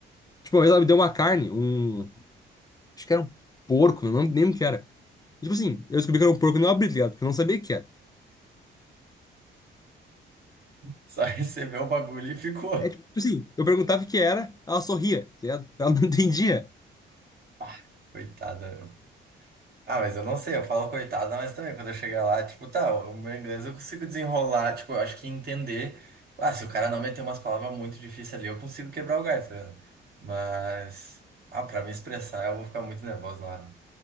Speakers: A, on the left; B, on the right.
A: Tipo, uma vez ela me deu uma carne, um. Acho que era um porco, não lembro nem o que era. E, tipo assim, eu descobri que era um porco e não abri, tá ligado? Porque eu não sabia o que era.
B: Só <laughs> recebeu o bagulho e ficou.
A: É tipo tipo assim, eu perguntava o que era, ela sorria, tá ligado? Ela não <laughs> entendia.
B: Ah, coitada. Ah, mas eu não sei, eu falo coitada, mas também quando eu chegar lá, tipo, tá, o meu inglês eu consigo desenrolar, tipo, eu acho que entender. Ah, se o cara não meter umas palavras muito difíceis ali, eu consigo quebrar o galho, tá ligado? Mas, ah, pra me expressar, eu vou ficar muito nervoso na hora.